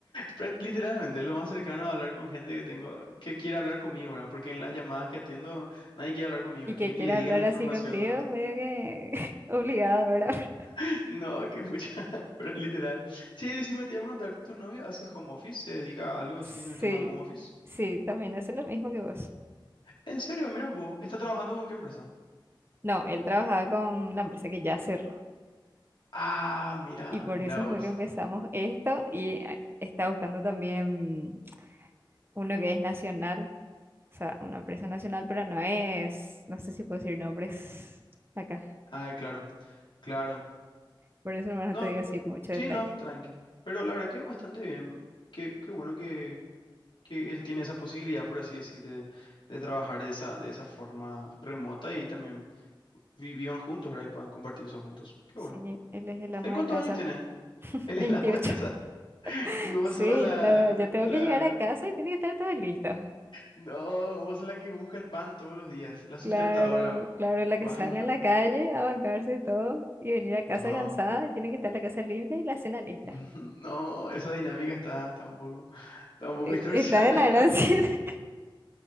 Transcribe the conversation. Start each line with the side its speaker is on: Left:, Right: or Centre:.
Left: Pero literalmente es lo más cercano a hablar con gente que tengo, que quiere hablar conmigo, ¿verdad? Porque en las llamadas que atiendo nadie quiere hablar conmigo,
Right: Y
Left: quieren
Right: que quiera
Left: que le digan
Right: hablar
Left: la información,
Right: así contigo,
Left: ¿no?
Right: medio que <laughs> obligado a hablar
Left: <laughs> No, qué pucha, <laughs> pero literal. Sí, decime, te iba a preguntar, ¿tu novio hace home office? ¿Se dedica
Right: <laughs>
Left: a algo así
Right: Sí,
Left: en el tema de home office?
Right: sí, también hace lo mismo que vos.
Left: En serio, mira vos, ¿está trabajando con qué empresa?
Right: No, él trabajaba con la empresa que ya cerró.
Left: Ah, mira,
Right: Y por
Left: mira
Right: eso
Left: vos.
Right: fue que empezamos esto y eh, está buscando también uno que es nacional, o sea, una empresa nacional, pero no es, no sé si puedo decir nombres acá.
Left: Ah, claro, claro.
Right: Por eso, hermano,
Left: No,
Right: te digo así con mucho
Left: sí,
Right: detalle.
Left: no, tranqui. Pero la verdad que bastante bien. Qué, qué bueno que él tiene esa posibilidad, por así decir, de, de trabajar de esa, de esa forma remota y también vi- vivan juntos, ¿verdad? Y puedan compartir eso juntos. Qué
Right: Sí,
Left: bueno.
Right: él es el amo
Left: ¿Él cuántos
Right: de casa.
Left: años tiene? <laughs> Él
Right: 28.
Left: es la ama de casa
Right: <laughs>
Left: <laughs> y vos
Right: Sí,
Left: sos la,
Right: no, yo tengo
Left: la...
Right: que llegar a casa y tiene que estar todo listo.
Left: No, vos sos la que busca el pan todos los días, la sustentadora.
Right: Claro, claro, la
Left: Banco.
Right: que sale en la calle a bancarse todo y venir a
Left: No.
Right: casa cansada y tiene que estar la casa limpia y la cena lista.
Left: <laughs> No, esa dinámica está, está un poco, está un poco
Right: Eh,
Left: distorsionada.
Right: Está de la gracia. <laughs>